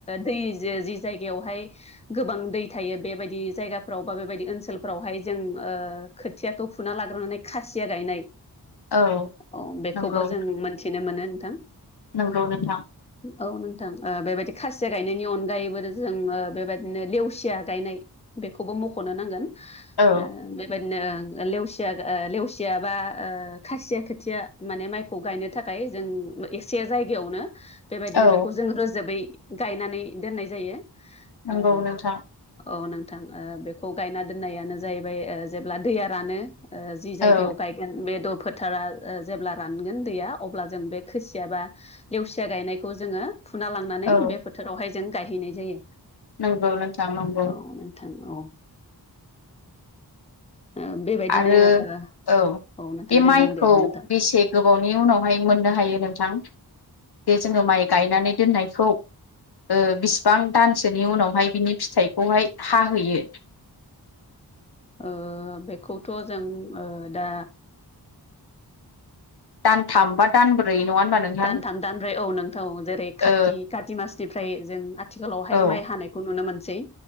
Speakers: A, on the left; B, on the left.
A: दै। जे जि जायगायावहाय गोबां दै थायो बेबायदि जायगाफ्राव बा बेबायदि ओनसोलफ्रावहाय। जों ओ खोथियाखौ फुना लाग्रोनानै खासिया गायनाय।
B: औ
A: अ बेखौबो
B: नंगौ
A: जों मोनथिनो मोनो नोंथां।
B: नंगौ नोंथां।
A: औ नोंथां ओ बेबायदि खासिया गायनायनि अनगायैबो जों बेबायदिनो लेवसिया गायनाय। बेखौबो मख'नो नांगोन
B: औ
A: ओ बेबायदि। नो लेवसिया-लेवसिया बा ओ खासिया खोथिया माने माइखौ गायनो थाखाय। जों एसे जायगायावनो। बेबायदिनो
B: औ
A: बेखौ जों रोजोबै गायनानै दोननाय जायो।
B: नंगौ
A: ओ
B: नोंथां।
A: औ नोंथां ओ बेखौ गायना दोननायानो जाहैबाय ओ‌ जेब्ला दैया रानो। ओ जि
B: औ
A: जायगायाव गायगोन बे दफोद। फोथारा जेब्ला रानगोन दैया अब्ला जों बे खोसिया बा लेवसिया गायनायखौ जोङो। फुना लांनानै
B: औ
A: बे बोथोरावहाय जों गायहैनाय जायो।
B: नंगौ नोंथां नंगौ!
A: औ नोंथां औ। ओ। बेबायदिनो
B: आरो
A: ओ
B: औ‌।
A: औ नोंथां
B: बे
A: दे
B: माइखौ
A: बुं दे बुं नोंथां
B: बेसे गोबावनि उनावहाय मोननो हायो नोंथां? जे जोङो माइ गायनानै दोननायखौ। ओ बिसिबां दानसोनि उनावहाय बिनि फिथाइखौहाय हाहैयो?
A: ओ बेखौथ' जों ओ दा।
B: दानथाम बा दानब्रै। नङा होनबा नोंथां
A: दानथाम, दानब्रै औ नोंथां जेरै खाति
B: औ
A: काति मासनिफ्राय जों। आथिखालावहाय
B: औ
A: माइ हानायखौ नुनो मोनसै।